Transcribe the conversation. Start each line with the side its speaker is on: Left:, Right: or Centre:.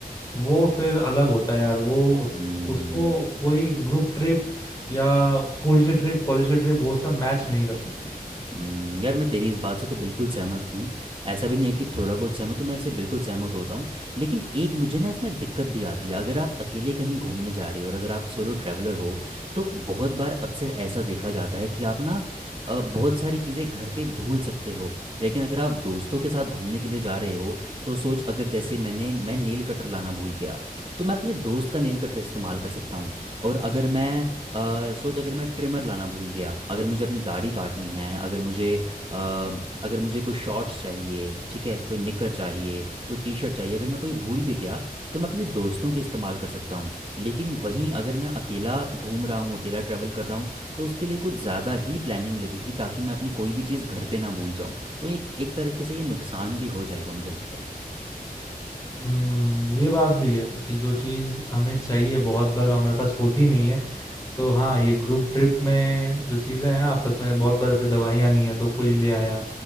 Left: वो फिर अलग होता है यार वो उस
Right: हम्म
Left: उसको कोई ग्रुप ट्रिप या स्कूल की ट्रिप कॉलेज की ट्रिप वो सब मैच नहीं कर सकती
Right: हम्म, यार मैं तेरी इस बात से तो बिल्कुल सहमत हूँ ऐसा भी नहीं है कि थोड़ा बहुत सहमत हूँ मैं इससे बिल्कुल सहमत होता हूँ लेकिन एक मुझे ना इसमें दिक्कत भी आती है अगर आप अकेले कहीं घूमने जा रहे हो और अगर आप सोलो ट्रैवलर हो तो बहुत बार अक्सर ऐसा देखा जाता है कि आप ना अ, बहुत सारी चीज़ें घर पे भूल सकते हो लेकिन अगर आप दोस्तों के साथ घूमने के लिए जा रहे हो तो सोच अगर जैसे मैंने मैं नेल कटर लाना भूल गया तो मैं अपने दोस्त का नेल कटर इस्तेमाल कर सकता हूँ और अगर मैं अ, सोच अगर मैं ट्रिमर लाना भूल गया अगर मुझे अपनी दाढ़ी काटनी है अगर मुझे अ, अगर मुझे कोई शॉर्ट्स चाहिए ठीक है कोई निकर चाहिए कोई टी शर्ट चाहिए अगर मैं कोई भूल भी गया तो मैं अपने दोस्तों के इस्तेमाल कर सकता हूँ लेकिन वहीं अगर मैं अकेला घूम रहा हूँ अकेला ट्रैवल कर रहा हूँ तो उसके लिए कुछ ज़्यादा ही प्लानिंग लगेगी ताकि मैं अपनी कोई भी चीज़ घर पे ना भूल जाऊँ तो एक एक तरीके से ये नुकसान भी हो जाएगा मुझे लगता है
Left: हम्म ये बात भी है कि जो चीज़ हमें चाहिए बहुत बार हमारे पास होती नहीं है तो हाँ ये ग्रुप ट्रिप में जो चीज़ें हैं आपस में बहुत बार ऐसे दवाइयाँ नहीं है तो कोई ले आया